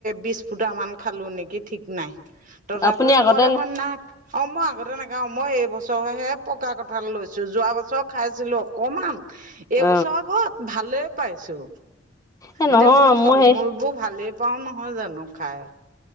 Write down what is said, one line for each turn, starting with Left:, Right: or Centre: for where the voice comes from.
Right: বিশ ফুটা মান খালো নেকি ঠিক নাই তথাপিও
Left: আপুনি আগতে
Right: মোৰ দেখোন নাই অ মই আগতে নখাওঁ মই এইবছৰহে পকা কঁঠাল লৈছো যোৱা বছৰ খাইছিলো অকমান এইবছৰ
Left: অ
Right: আকৌ ভালে পাইছো।
Left: এ নহয়
Right: এনে মই ফল
Left: মোৰ সেই
Right: মূল বোৰ ভালেই পাও নহয় জানো খাই